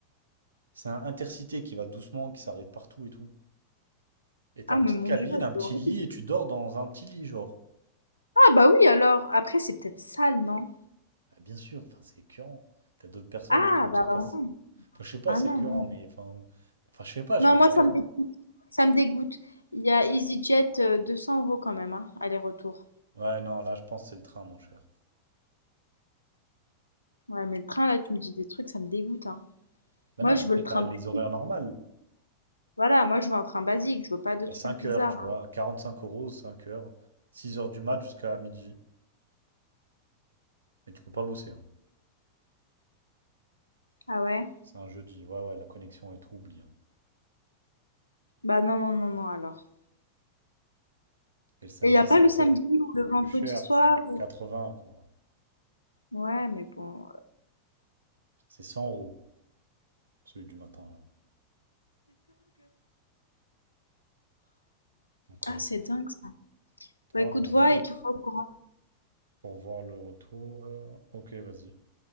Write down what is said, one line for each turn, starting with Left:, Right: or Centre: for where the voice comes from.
Right: C'est un intercité qui va doucement, qui s'arrête partout et tout. Et t'as
Left: Ah,
Right: une
Left: mais
Right: petite
Left: mon
Right: cabine,
Left: Dieu,
Right: un petit
Left: c'est horrible.
Right: lit, et tu dors dans un petit lit, genre.
Left: Ah, bah, oui, alors. Après, c'est peut-être sale, non?
Right: Bah, bien sûr, enfin, c'est écœurant. T'as d'autres personnes
Left: Ah,
Right: et tout,
Left: bah,
Right: ça passe.
Left: non.
Right: Enfin, je sais pas,
Left: Ah
Right: c'est
Left: non,
Right: écœurant,
Left: non.
Right: mais... Enfin, enfin je sais pas, je
Left: Non,
Right: veux
Left: moi,
Right: pas...
Left: ça me dégoûte, ça me dégoûte. Il y a EasyJet, euh, 200 euros quand même, hein, aller-retour.
Right: Ouais, non, là, je pense que c'est le train, mon cher.
Left: Ouais, mais le train, là, tu me dis des trucs, ça me dégoûte, hein.
Right: Mais
Left: Moi,
Right: non, mais
Left: je
Right: après,
Left: veux le
Right: t'as
Left: train
Right: les
Left: basique.
Right: horaires normales.
Left: Voilà, moi, je veux un train basique, je veux pas de trucs
Right: À cinq
Left: bizarres,
Right: heures, tu vois,
Left: hein.
Right: à 5 euros, 5 heures, 6 heures du mat jusqu'à midi. Et tu peux pas bosser. hein.
Left: Ah ouais?
Right: C'est un jeudi. Ouais, ouais, la connexion est tout, oublie. hein.
Left: Bah non, non, non, non, alors.
Right: Et le samedi,
Left: Et il y a pas
Right: c'est
Left: le
Right: un
Left: samedi
Right: peu
Left: ou le vendredi
Right: plus cher.
Left: soir
Right: C'est
Left: ou...
Right: 80 quoi.
Left: Ouais, mais bon.
Right: C'est 100 euros, celui du matin, là. Donc,
Left: Ah,
Right: euh,
Left: c'est dingue ça.
Right: attends,
Left: Bah écoute,
Right: je vais regarder
Left: vois et tiens-moi au courant.
Right: pour voir le retour. Euh, Ok, vas-y.